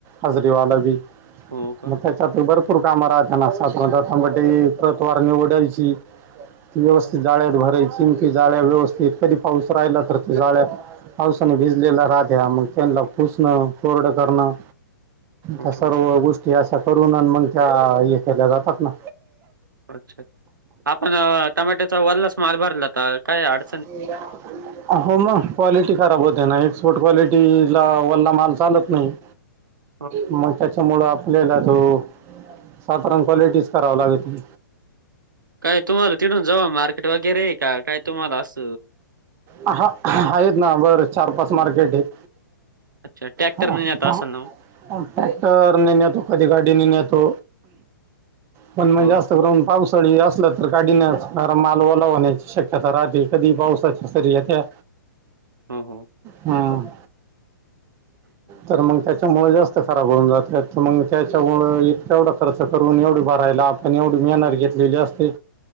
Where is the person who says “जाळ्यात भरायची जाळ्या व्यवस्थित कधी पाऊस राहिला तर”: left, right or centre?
Right